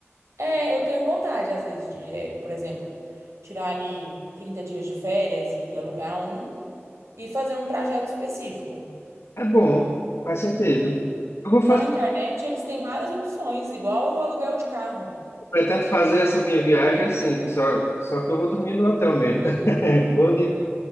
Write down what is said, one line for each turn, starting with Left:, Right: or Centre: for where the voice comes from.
Right: É, eu tenho vontade, às vezes, de, é, por exemplo, tirar ali 30 dias de férias e alugar um e fazer um trajeto específico.
Left: É bom, faz sentido. Eu vou
Right: Na
Left: fazer.
Right: internet, eles têm várias opções, igual o aluguel de carro.
Left: Pretendo fazer essa minha viagem assim, só, só que eu vou dormir no hotel mesmo. <laughs> Vou, de-